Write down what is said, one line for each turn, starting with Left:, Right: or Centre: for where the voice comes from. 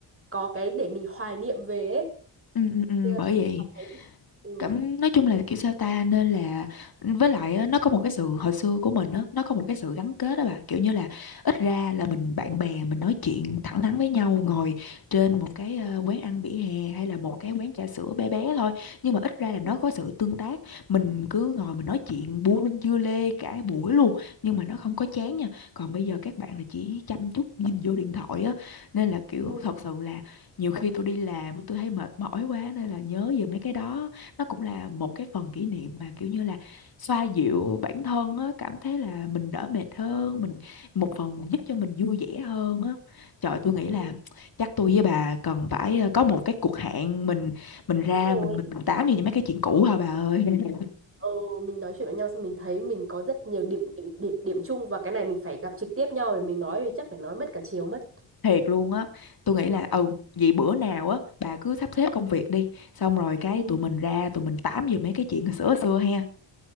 Right: có cái để mình hoài niệm về ấy
Left: ừ, ừ, ừ,
Right: thế là
Left: bởi vậy
Right: cảm thấy ừ,
Left: cảm nói chung là kiểu sao ta nên là với lại á, nó có một cái sự hồi xưa của mình á nó có một cái sự gắn kết đó bà kiểu như là ít ra là mình bạn bè mình nói chuyện thẳng thắn với nhau ngồi trên một cái ờ, quán ăn vỉa hè hay là một cái quán trà sữa bé bé thôi nhưng mà ít ra là nó
Right: ừ,
Left: có sự tương tác mình cứ ngồi mình nói chuyện buôn dưa lê cả buổi luôn nhưng mà nó không có chán nha còn bây giờ các bạn là chỉ chăm chút nhìn vô điện thoại á nên là kiểu
Right: ừ,
Left: thật sự là nhiều khi tôi đi làm tôi thấy mệt mỏi quá nên là nhớ về mấy cái đó nó cũng là một cái phần kỷ niệm mà kiểu như là xoa dịu bản thân á cảm thấy là mình đỡ mệt hơn mình một phần giúp cho mình vui vẻ hơn á trời tôi nghĩ
Right: ừ,
Left: là chắc tôi với bà cần phải ờ, có một cái cuộc hẹn mình mình ra
Right: đúng
Left: mình
Right: rồi
Left: mình, mình tám về những mấy cái chuyện cũ hả bà ơi <laughs>
Right: ừ, mình nói chuyện với nhau xong mình thấy mình có rất nhiều điểm điểm điểm, điểm chung và cái này mình phải gặp trực tiếp nhau để mình nói thì chắc phải nói mất cả chiều mất
Left: thiệt luôn á tôi nghĩ là ừ vậy bữa nào á bà cứ sắp xếp công việc đi xong rồi cái
Right: Ừ.
Left: tụi mình ra tụi mình tám về mấy cái chuyện hồi xưa hồi xưa ha